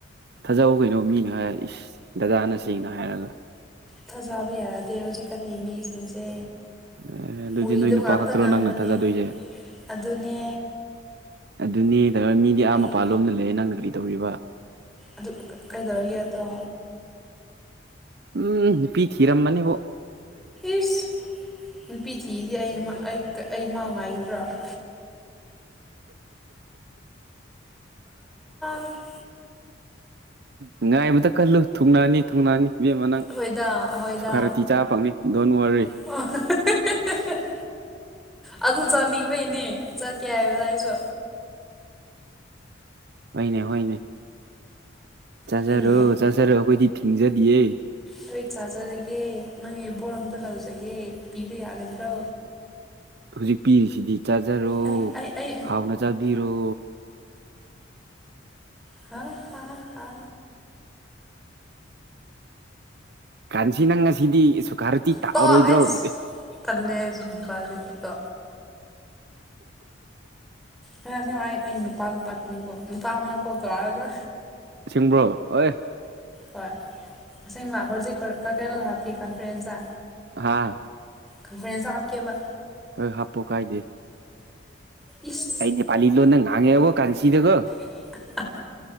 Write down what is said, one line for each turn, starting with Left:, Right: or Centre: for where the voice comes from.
Right: ꯊꯥꯖꯍꯧ ꯀꯩꯅꯣ ꯃꯤꯅ ꯍꯥꯏꯔ ꯏꯁ ꯗꯗꯥꯅ ꯁꯦꯡꯅ ꯍꯥꯏꯔꯒ
Centre: ꯊꯖꯥꯕ ꯌꯥ ꯑꯗꯗꯤ ꯍꯧꯖꯤꯛꯀꯥꯟꯒꯤ ꯃꯤ꯭ꯌꯖꯤꯛꯁꯦ
Right: ꯑꯦ ꯑꯗꯨꯗꯤ
Centre: ꯎꯏꯗ
Right: ꯅꯣꯏ ꯅꯨꯄꯥ
Centre: ꯉꯥꯛꯇ
Right: ꯈꯛꯇꯔꯣ
Centre: ꯉꯪꯕꯅꯦ
Right: ꯅꯪꯅ ꯊꯥꯖꯗꯣꯏꯁꯦ
Centre: ꯑꯗꯨꯅꯦ
Right: ꯑꯗꯨꯅꯦ ꯇꯧ ꯃꯤꯗꯤ ꯑꯥ
Centre: ꯑꯩ
Right: ꯃꯄꯥ ꯂꯣꯝꯅ ꯂꯩꯦ ꯅꯪꯅ ꯀꯔꯤ ꯇꯧꯔꯤꯕ
Centre: ꯑꯗꯨ ꯀꯩꯗꯧꯔꯤꯒꯦ ꯑꯗꯣ
Right: ꯎꯝ ꯄꯤ ꯊꯔꯝ ꯃꯥꯅꯤꯕꯣ
Centre: ꯏꯁ ꯅꯨꯄꯤ ꯊꯤꯗꯤ ꯑꯩ <unintelligible> ꯑꯩꯃꯥꯎ ꯉꯥꯏꯒꯗ꯭ꯔꯣ <unintelligible>
Right: ꯎ ꯉꯥꯏꯕꯗ ꯀꯜꯂꯨ ꯊꯨꯡꯅꯅꯤ ꯊꯨꯡꯅꯅꯤ ꯏꯕꯦꯝꯃꯅꯪ
Centre: ꯍꯣꯏꯗ ꯍꯣꯏꯗ
Right: ꯁꯨ ꯈꯔ ꯊꯤ ꯆꯥꯕ ꯐꯪꯅꯤ ꯗꯣꯟ ꯋꯥꯔꯤ
Centre: <unintelligible> ꯑꯗꯨ ꯆꯠꯅꯤꯡꯕꯩꯅꯦ ꯆꯠꯀꯦ ꯍꯥꯏꯕꯗ ꯑꯩꯁꯨ
Right: ꯍꯣꯏꯅꯦ ꯍꯣꯏꯅꯦ ꯆꯥꯖꯔꯣ
Centre: ꯍꯣꯏꯅꯦ
Right: ꯆꯥꯖꯔꯣ ꯑꯩꯈꯣꯏꯗꯤ ꯊꯤꯡꯖꯗꯤꯌꯦ
Centre: ꯅꯣꯏ ꯆꯥꯖꯔꯒꯦ ꯅꯪ ꯑꯩꯕꯣ <unintelligible> ꯂꯧꯖꯒꯦ ꯄꯤꯕ ꯌꯥꯒꯗ꯭ꯔꯣ
Right: ꯍꯧꯖꯤꯛ ꯄꯤꯔꯤꯁꯤꯗꯤ ꯆꯥꯖꯔꯣ
Centre: ꯑꯩ ꯑꯩ ꯑꯩ
Right: ꯍꯥꯎꯅ ꯆꯥꯕꯤꯔꯣ
Centre: ꯍꯥ ꯍ ꯍ
Right: ꯀꯥꯟꯁꯤ ꯅꯪ ꯉꯁꯤꯗꯤ ꯁꯨꯀꯥꯔꯨꯇꯤ ꯇꯥꯛꯑꯔꯣꯏꯗ꯭ꯔꯣ
Centre: ꯄꯣꯛ ꯑꯩꯁ ꯀꯜꯂꯦ ꯍꯥꯏꯁꯨ ꯅꯨꯄꯥꯗꯗꯤꯀꯣ ꯐꯁꯃ ꯑꯩ ꯅꯨꯄꯥꯗꯣ ꯇꯥꯛꯀꯅꯤꯀꯣ ꯅꯨꯄꯥ ꯑꯃ ꯀꯣꯠꯇꯣꯔꯥꯒ
Right: ꯑꯁꯤꯡꯕ꯭ꯔꯣ ꯍꯣꯑ
Centre: ꯍꯣꯏ ꯑꯁꯦꯡꯕ ꯍꯧꯖꯤꯛ ꯀꯩꯅꯣꯗ ꯍꯥꯞꯄꯤ ꯀꯟ ꯐ꯭ꯔꯦꯟꯖꯗ
Right: ꯍꯥꯥ
Centre: ꯀꯟꯐ꯭ꯔꯦꯟꯁ ꯇ ꯍꯥꯞꯀꯦꯕ
Right: ꯀ ꯍꯥꯞꯄꯣ ꯀꯥꯏꯗꯦ
Centre: ꯏꯁ
Right: ꯀꯩ ꯅ‌ꯦꯄꯂꯤ ꯂꯣꯟꯗ ꯉꯦꯒꯣ ꯀꯥꯟꯁꯤꯗꯒꯣ
Centre: <unintelligible>